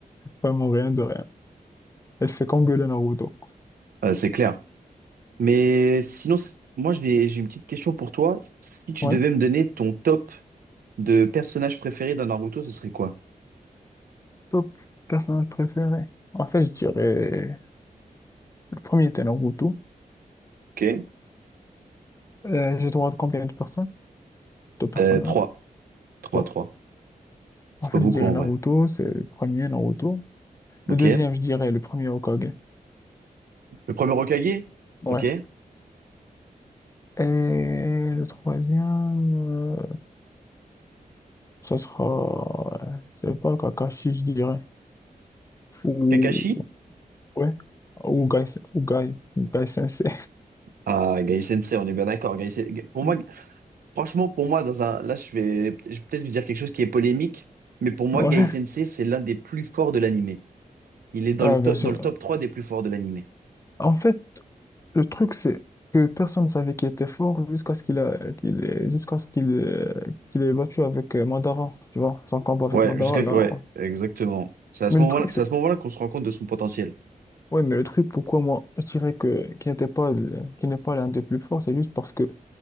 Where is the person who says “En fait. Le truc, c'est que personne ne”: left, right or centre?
Left